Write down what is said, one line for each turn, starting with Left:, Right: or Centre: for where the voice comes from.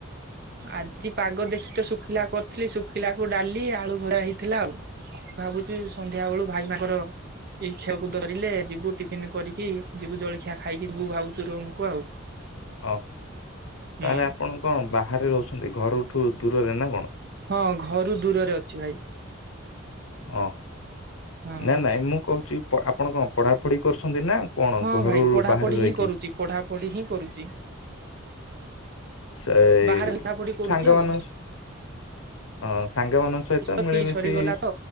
Right: ଆଜି ପାଗ ଦେଖିକି ତ ଶୁଖିଲା କରିଥିଲି ଶୁଖିଲା କୁ ଡାଲି ଆଳୁ ଭଜା ହେଇଥିଲା ଆଉ। ଭାବୁଛିି ସନ୍ଧ୍ୟା ବେଳୁ ଭାଇ ତାଙ୍କର ଏଇ ଖିଅକୁ ଧରିଲେ ଯିବୁ ଟଫିନ୍ କରିକି ଯିବୁ ଜଳଖିଆ ଖାଇକି। ଯିବୁ ଭାବୁଛୁ ରୁମ କୁ ଆଉ।
Left: ଓହ
Right: ହୁଁ
Left: ତାହେଲେ ଆପଣ କଣ ବାହାରେ ରହୁଛନ୍ତି ଘରଠୁ ଦୂରରେ ନା କଣ?
Right: ହଁ ଘରୁ ଦୂରରେ ଅଛି ଭାଇ।
Left: ଓ
Right: ହଁ
Left: ନାଇ ନାଇଁ ମୁଁ କହୁଛି ଆପଣ କଣ ପଢାପଢି କରୁଛନ୍ତି ନା କଣ
Right: ହଁ
Left: ଘରୁ
Right: ଭାଇ ପଢାପଢି
Left: ବାହାରେ ରହିକି
Right: ହିଁ କରୁଛି ପଢାପଢି ହିଁ କରୁଛି।
Left: ସେଇ
Right: ବାହାରେ ପଢାପଢି କରୁଛି
Left: ସାଙ୍ଗ
Right: ଆଉ।
Left: ମାନସ। ହଁ ସାଙ୍ଗମାନଙ୍କ ସହିତ
Right: ତିନି
Left: ମିଳିମିଶି
Right: ସରିଗଲା ତ